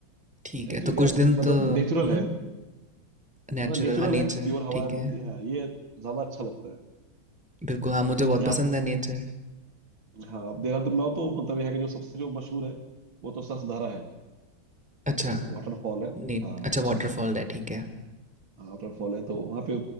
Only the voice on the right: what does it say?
एक्चुअली
क्या मतलब
नेचुरल
है
मतलब नेचुरल
है प्योर हवाएं
मिलती
है हाँ, ये ज्यादा अच्छा लगता है
यहाँ
हाँ अब देहरादून में आओ तो मतलब यहाँ के जो सबसे जो मशहूर है वो तो ससधारा है
जो वाटरफॉल है
हाँ
वाटरफॉल है तो वहाँ पे